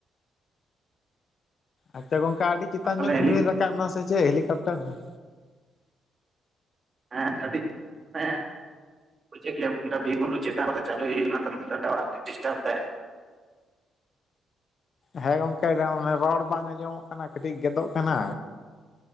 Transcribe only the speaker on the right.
ᱛᱟᱦᱚᱞᱮ
ᱦᱮᱞᱤᱠ
ᱦᱮᱸ ᱟᱰᱤ ᱦᱮᱸᱼᱼ ᱵᱩᱡᱷᱟᱹᱜ ᱜᱮᱭᱟ ᱚᱱᱠᱟ ᱵᱤᱨ ᱵᱩᱨᱩ ᱪᱮᱛᱟᱱ ᱨᱮᱫᱚ ᱪᱟᱞᱩᱭ ᱦᱩᱭᱩᱜᱼᱟ ᱚᱱᱟᱛᱮ ᱱᱚᱸᱰᱮ ᱴᱟᱣᱟᱨ ᱠᱚ ᱰᱤᱥᱴᱟᱯ ᱫᱟᱭ᱾